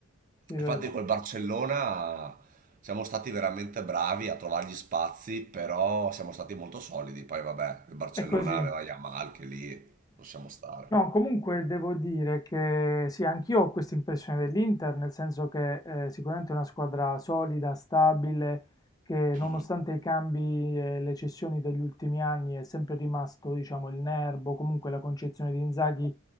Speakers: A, on the left; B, on the right.
A: Sì, vero.
B: Infatti col Barcellona siamo stati veramente bravi a trovare gli spazi, però siamo stati molto solidi. Poi vabbè, il Barcellona
A: È così.
B: aveva Yamal che lì possiamo stare.
A: No, comunque devo dire che sì, anch'io ho questa impressione dell'Inter, nel senso che eh, sicuramente è una squadra solida, stabile, che nonostante
B: Mhm.
A: i cambi e le cessioni degli ultimi anni è sempre rimasto, diciamo, il nervo, comunque la concezione di Inzaghi